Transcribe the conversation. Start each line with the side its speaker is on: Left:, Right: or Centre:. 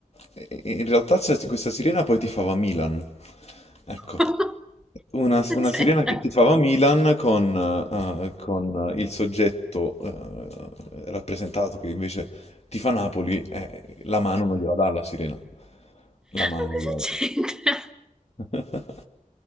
Left: eh, in realtà c'è- questa sirena poi tifava Milan, ecco,
Centre: <laughs> Cosa
Left: una, una
Centre: C'entra.
Left: sirena che tifava Milan con, eh, con il soggetto eh, rappresentato che invece tifa Napoli, eh, la mano non gliela dà alla sirena, la mano
Centre: Ma
Left: non
Centre: cosa
Left: gliela dà.
Centre: c'entra?
Left: <laughs>